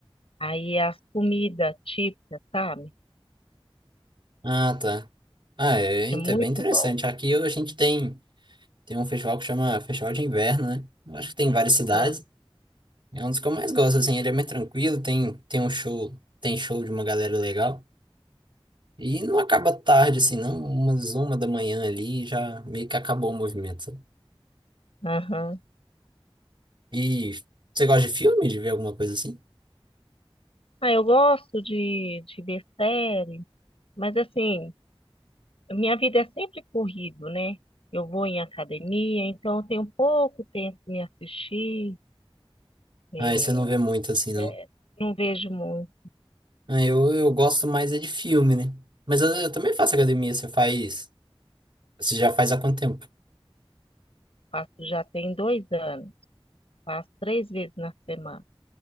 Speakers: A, on the left (about 75°); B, on the right (about 55°).
A: Aí as comidas típicas, sabe?
B: Ah, tá. Ah, é, inte-
A: É muito
B: bem interessante.
A: bom.
B: Aqui a gente tem, tem um festival que chama Festival de Inverno, né? Eu acho que tem em várias cidades.
A: Ah,
B: É um dos que eu mais gosto, assim. Ele é mais tranquilo, tem, tem um show, tem show de uma galera legal. E não acaba tarde, assim, não. Umas uma da manhã ali já meio que acabou o movimento. sabe?
A: Aham.
B: E você gosta de filme, de ver alguma coisa assim?
A: Ah, eu gosto de, de ver série, mas assim, minha vida é sempre corrido, né? Eu vou em academia, então eu tenho pouco tempo para me assistir. é,
B: Ah, esse você não vê muito, assim, não.
A: é, não vejo muito,
B: Ah, Eu, eu gosto mais é de filme, né? Mas eu, eu também faço academia. Você faz. Você já faz há quanto tempo?
A: faço já tem dois anos, faço três vezes na semana.